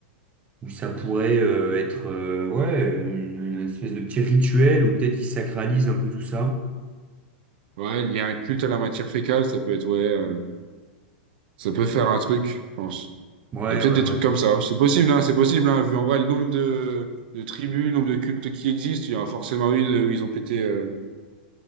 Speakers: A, on the right; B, on the right.
A: Ou ça pourrait euh, être euh, ouais, une, une espèce de petit rituel ou peut-être ils sacralisent un peu tout ça.
B: ouais, il y a un culte à la matière fécale, ça peut être ouais, euh, ça peut faire un truc, je pense.
A: Ouais,
B: Il y a peut-être
A: ouais,
B: des
A: ouais.
B: trucs comme ça. C'est possible, hein, c'est possible, hein, vu en vrai le nombre de, de tribus, le nombre de cultes qui existent, il y en a forcément une où ils ont pété. euh,